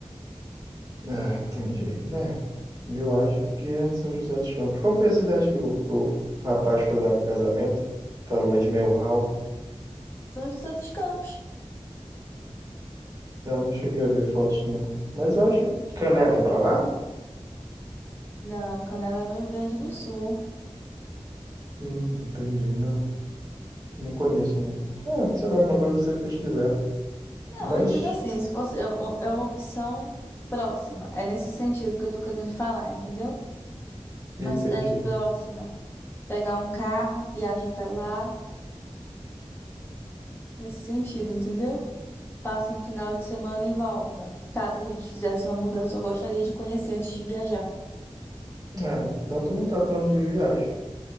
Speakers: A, on the right; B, on the left.
A: Ah, entendi. Né? Eu acho que é São José dos Campos. Qual foi a cidade que o, o rapaz foi lá pro casamento? Pra lua de mel, Raul?
B: São José dos Campos.
A: Não, não cheguei a ver fotos, não. Mas eu acho que Canela é pra lá?
B: Não, Canela é no Rio Grande do Sul.
A: Hum, entendi. Não, não conheço, não. Ah, sei lá, é uma coisa você pesquisar.
B: Não,
A: Mas,
B: eu digo assim, se fosse é uma é uma opção próxima. É nesse sentido que eu tô querendo falar, entendeu?
A: entendi.
B: Uma cidade próxima, pegar um carro, viaja até lá, nesse sentido, entendeu? Passa um final de semana e volta. Caso a gente fizesse uma mudança, eu gostaria de conhecer antes de viajar.
A: Ah, então tu não tá falando de viagem.